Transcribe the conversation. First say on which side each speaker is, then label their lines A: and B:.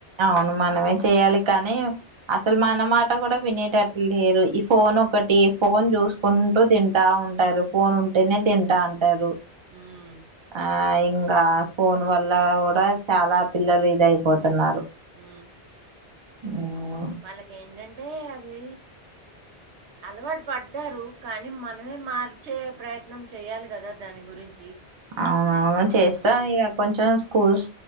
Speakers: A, on the right; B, on the right.
A: అవును మనమే చెయాలి కానీ అసలు మన మాట కూడా వినేటట్లు లేరు ఈ ఫోన్ ఒకటి ఫోన్ చూసుకుంటూ తింటా ఫోన్ ఉంటేనే తింటా అంటారు
B: ఉమ్
A: ఆ ఇంకా ఫోన్ వల్ల కూడా చాలా పిల్లలు ఇది అయిపోతున్నారు
B: హ
A: ఉమ్
B: వాళ్ళకి ఏంటంటే అది అలవాటు పడ్డారు కానీ మనమే మార్చే ప్రయత్నం చేయాలి కదా దాని గురించి
A: అవునవును చేస్తా
B: హ్మ్.
A: ఇక కొంచెం స్కూల్స్